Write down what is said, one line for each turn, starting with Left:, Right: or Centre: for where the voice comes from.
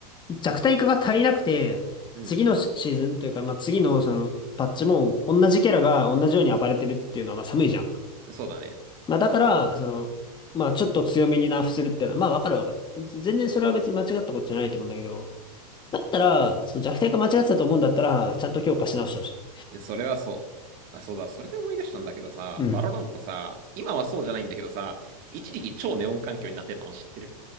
Left: 弱体化が足りなくて、
Right: う。
Left: 次のシシーズンというか、
Right: う
Left: まあ、次のそのパッチも同じキャラが同じように暴れてるっていうのはまあ寒いじゃん。
Right: ん。そうだね。
Left: まあ、だから、その、まあ、ちょっと強めにナーフするっていうのは、まあ、わかるわかる。全然それは別に間違ったことじゃないと思うんだけど、だったら、そう、弱体化間違ってたと思うんだったら、ちゃんと強化し直してほしい。
Right: それはそう。あ、そうだ。それで思い出したんだけどさ、
Left: うん。
Right: バロラントさ、今はそうじゃないんだけどさ、一時期超ネオン環境になってたの知ってる